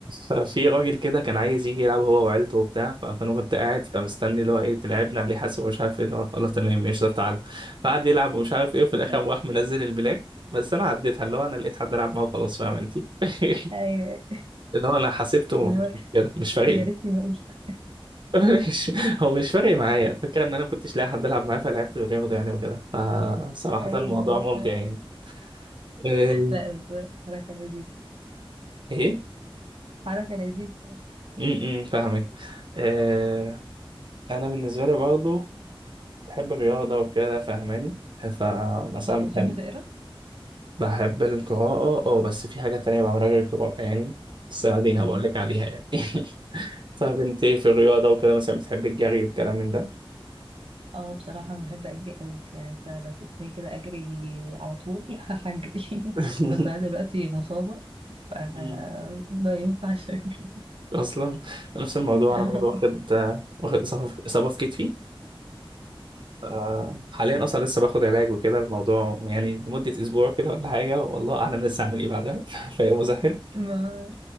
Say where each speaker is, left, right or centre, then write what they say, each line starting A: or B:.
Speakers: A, on the right; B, on the right.
A: ففي راجل كده كان عايز يجي يلعب هو وعيلته وبتاع فانا كنت قاعد فمستني اللي هو ايه تلعبنا اللي حاسب ومش عارف ايه اللي هو خلاص تمام ماشي طب تعالى فقعد يلعب ومش عارف ايه وفي
B: <laughs>
A: الاخر قام راح منزل البلاك بس انا عديتها اللي هو انا لقيت حد العب معاه وخلاص فاهم انت <laughs>
B: ايوه أيوة.
A: اللي هو انا حسبته
B: اللي هو
A: مش كده مش فارق
B: يا
A: لي
B: ريتني ما قلت
A: <laughs> مش- هو مش فارق معايا الفكره ان انا ما كنتش لاقي حد العب معاه فلعبت بالياخده يعني وكده فصراحه
B: ايوه
A: الموضوع
B: ايوه
A: ممتع
B: فعلا.
A: يعني أه،
B: لا بس حركه لذيذه
A: ايه
B: حركه لذيذه
A: امم إمم، فاهمك أه، انا بالنسبه لي برضه بحب الرياضة وكده فاهماني فمثلا
B: طب وبتحب
A: بحب
B: تقرا؟
A: بحب القراءة اه بس في حاجة تانية بعملها غير القراءة يعني بس بعدين
B: مم.
A: هبقول لك عليها يعني <laughs> طب انت في الرياضة وكده مثلا بتحب الجري والكلام من ده
B: اه بصراحة أنا بحب أجري أوي يعني أنت لو سبتني كده أجري على طول <laughs> هجري
A: <laughs>
B: بس أنا دلوقتي مصابة ف
A: مم.
B: ما ينفعش أجري
A: أصلا نفس الموضوع
B: <laughs>
A: أنا برضه واخد واخد إصابة في إصابة في كتفي آه، حاليا أصلا لسه باخد علاج وكده الموضوع يعني لمدة أسبوع كده ولا حاجة والله أعلم لسه هعمل إيه بعدها <laughs> فهي مزهل
B: ما